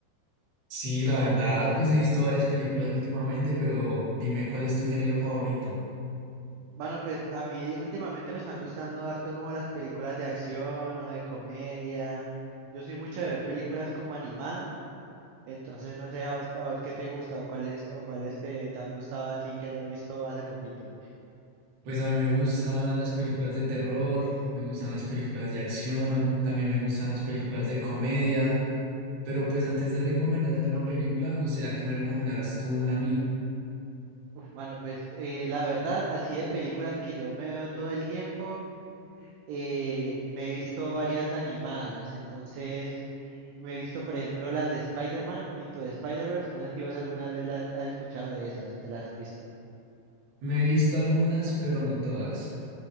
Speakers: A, on the right; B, on the right.
A: Sí, la verdad, pues he visto varias películas últimamente, pero dime cuál es tu género favorito.
B: Bueno, pues a mí últimamente me están gustando harto como las películas de acción o de comedia. Yo soy mucho de ver películas como animadas, entonces no sé a vos, a vos qué te gusta o cuáles o cuáles te, te han gustado así que hayas visto hace poquito.
A: Pues a mí me gustan las películas de terror, me gustan las películas de acción, también me gustan las películas de comedia, pero pues antes de recomendarte una película, me gustaría que me recomendaras tú una a mí.
B: Uf, mano, pues eh, la verdad, así de películas que yo me veo todo el tiempo, eh, me he visto varias animadas, entonces me he visto, por ejemplo, las de Spider-Man, Into the Spider-Verse, no sé si vos alguna vez las has escuchado de esas o te las has visto.
A: Me he visto algunas, pero no todas.